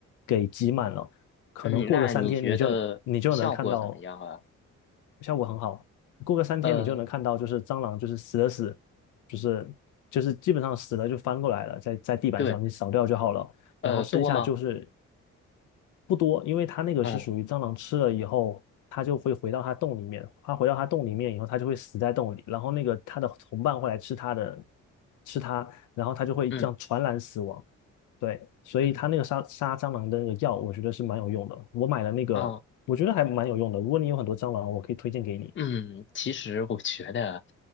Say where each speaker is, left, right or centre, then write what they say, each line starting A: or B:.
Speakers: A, on the left; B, on the left.
A: 给挤满了。可能过个三天，
B: 嗯，那你觉得效果怎么样啊？
A: 你就你就能看到效果很好。过个三天，
B: 呃，
A: 你就能看到，就是蟑螂就是死了死，就是就是基本上死了就翻过来了，在在地板上你扫掉就好了。
B: 对，呃，
A: 然后剩下就是
B: 多吗？
A: 不多，因为它那个是属于蟑螂吃了以后，
B: 嗯
A: 它就会回到它洞里面。它回到它洞里面以后，它就会死在洞里。然后那个它的同伴会来吃它的，吃它，然后它就会这样传染死亡。
B: 嗯
A: 对，所以它那个杀杀蟑螂的那个药，
B: 嗯，
A: 我觉得是蛮有用的。我买了那个，
B: 哦
A: 我觉得还蛮有用的。如果你有很多蟑螂，我可以推荐给你。
B: 嗯，其实我觉得，